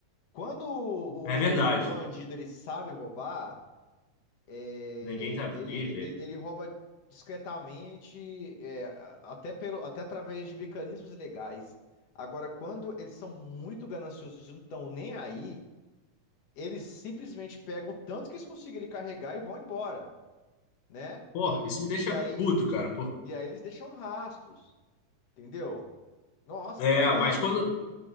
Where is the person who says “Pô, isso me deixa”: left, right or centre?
Left